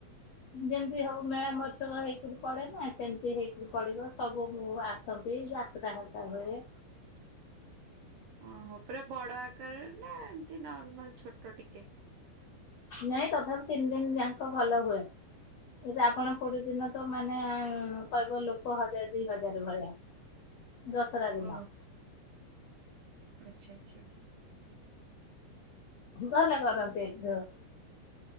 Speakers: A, on the left; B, on the right.
A: ଯେମତି ହବ ମେଳା ମହୋତ୍ସବ ହେଇକିରି ପଡେ ନା, ସେମତି ହେଇକିରି ପଡିବ। ସବୁ ମୁଁ ଆସ <unintelligible> ଯାତ୍ରା ହେରିକା ହୁଏ
B: ଓହୋ। ପୁରା ବଡ ଆକାରରେ ନା, ଏମତି ନର୍ମାଲ ଛୋଟ ଟିକେ?
A: ନାଇଁ ତଥାପି ତିନି ଦିନ ଯାକ ଭଲ ହୁଏ। ଯଦି ଆପଣ କୋଉଠି ଦିନ ତ ମାନେ କହିବ ଲୋକ ହଜାର ଦି ହଜାର ଭଳିଆ, ଦଶରା ଦିନ।
B: ଓଃ, ଆଚ୍ଛା ଆଚ୍ଛା।
A: ଭଲ କରନ୍ତି ଏଠି ସବୁ।